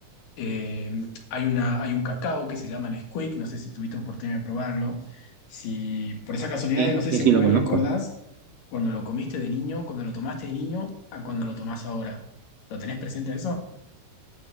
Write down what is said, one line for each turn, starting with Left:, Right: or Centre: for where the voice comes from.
Left: eh, hay una, hay un cacao que se llama Nesquik, no sé si tuviste oportunidad de probarlo. Si por esa casualidad,
Right: Sí,
Left: no sé
Right: sí,
Left: si
Right: sí,
Left: alguna
Right: lo
Left: vez
Right: conozco.
Left: recordás cuando lo comiste de niño, cuando lo tomaste de niño, a cuando lo tomás ahora. ¿Lo tenés presente eso?